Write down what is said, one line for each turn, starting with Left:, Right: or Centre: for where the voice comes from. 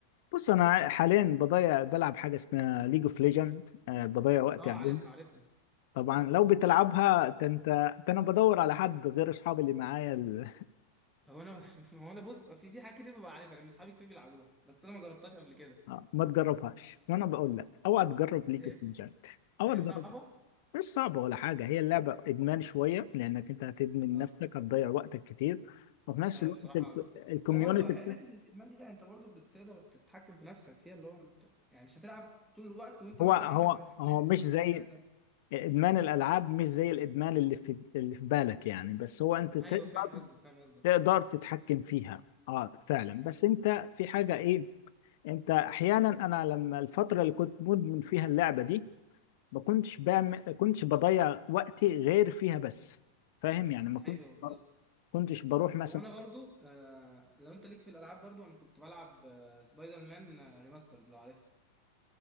Left: بص انا حاليا بضيع بلعب حاجة اسمها ليج اوف ليجند آه بضيع وقتي
Centre: اه
Left: عليها
Centre: عارفها عارفها
Left: طبعا لو بتلعبها ده انت ده انا بدور على حد غير اصحابي اللي معايا ال-
Centre: هو انا <laughs> هو انا بص في في حاجات كتير ببقى عارفها لان اصحابي كتير بيلعبوها بس انا ما جربتهاش قبل كده
Left: آه، ما تجربهاش وانا بقول لك اوعى تجرب ليك
Centre: هي
Left: في مجلد اوعى
Centre: هي
Left: تجرب
Centre: صعبه
Left: مش صعبه ولا حاجه هي اللعبه ادمان شويه لانك انت هتدمن
Centre: اه
Left: نفسك هتضيع وقتك كتير وفي نفس
Centre: ايوه
Left: الوقت
Centre: بصراحه
Left: الكوميونتي
Centre: هو برضو ح- حته الادمان دي يعني انت برضو بتقدر تتحكم في نفسك فيها اللي هو انت يعني مش هتلعب طول الوقت وانت
Left: هو
Centre: مثلا
Left: هو
Centre: عندك امتحانات
Left: هو مش
Centre: او عندك
Left: زي
Centre: حاجه
Left: ادمان الالعاب مش زي الادمان اللي في اللي في بالك يعني بس هو انت تقدر
Centre: ايوه فاهم قصدك فاهم قصدك
Left: تقدر تتحكم فيها اه فعلا
Centre: مم.
Left: بس انت في حاجه ايه انت احيانا انا لما الفتره اللي كنت مدمن فيها اللعبه دي ما كنتش بعمل كنتش بضيع وقتي غير فيها بس فاهم يعني ما كنت
Centre: ايوه بالظبط
Left: كنتش بروح مثلا
Centre: هو انا برضو آه لو انت ليك في الالعاب برضو انا كنت بلعب آه سبايدر مان آه، ريماسترد لو عارفها